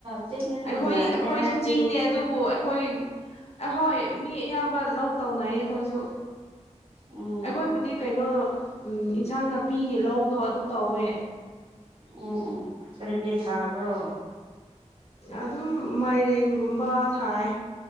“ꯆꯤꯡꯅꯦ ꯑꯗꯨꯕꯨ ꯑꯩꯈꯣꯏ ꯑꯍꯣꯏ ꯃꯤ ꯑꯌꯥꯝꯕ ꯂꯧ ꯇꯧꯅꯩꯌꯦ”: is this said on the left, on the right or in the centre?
Left